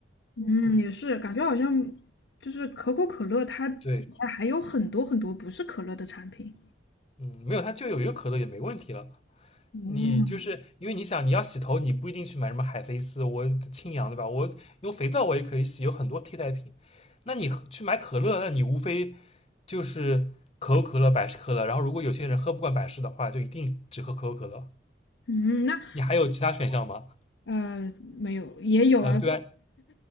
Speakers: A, on the left; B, on the left.
A: 嗯，也是，感觉好像就是可口可乐，它底下还有很多很多不是可乐的产品。
B: 对，嗯，没有它就有一个可乐也没问题了。
A: 嗯
B: 你就是因为你想你要洗头，你不一定去买什么海飞丝，我清扬对吧？我用肥皂我也可以洗，有很多替代品。那你喝去买可乐，那你无非就是可口可乐、百事可乐。然后如果有些人喝不惯百事的话，就一定只喝可口可乐。
A: 嗯，那
B: 你还有其他选项吗？
A: 呃没有，也有啊，
B: 呃，对啊，